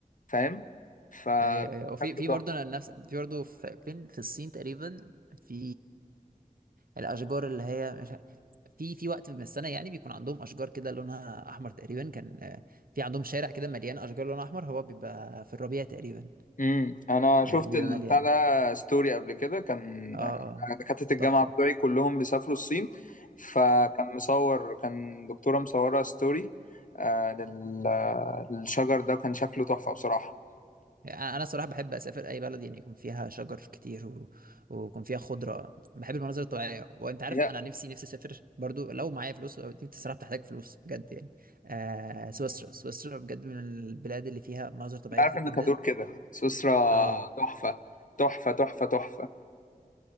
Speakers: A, on the left (about 65°); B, on the right (about 80°).
A: فاهم ف
B: أيوه أيوه وفي
A: شكله
B: في
A: تحفه
B: برضه أنا نفس في برضه في- فين في الصين تقريبا في الأشجار اللي هي مش ع- في في وقت من السنة يعني بيكون عندهم أشجار كده لونها أحمر تقريبا كان آه، في عندهم شارع كده مليان أشجار لونها أحمر هو بيبقى في الربيع تقريبا
A: امم انا
B: آه،
A: شفت
B: بيبقى
A: البتاع
B: مليان
A: ده ستوري قبل كده كان
B: اه اه
A: دكاتره الجامعه
B: تحفة
A: بتوعي كلهم بيسافروا الصين فكان مصور كان دكتوره مصوره ستوري آه لل... للشجر ده وكان شكله تحفه بصراحه
B: يعني انا صراحه بحب اسافر اي بلد يعني يكون فيها شجر كتير و... ويكون فيها خضره بحب المناظر الطبيعيه وانت عارف
A: يا
B: انا نفسي نفسي اسافر برضو لو معايا فلوس أو دي بصراحه بتحتاج فلوس بجد يعني آه سويسرا سويسرا بجد من البلاد اللي فيها مناظر طبيعيه
A: انت عارف
B: كتير
A: انك
B: جدا
A: هتقول كده سويسرا
B: اه
A: تحفه تحفه تحفه تحفه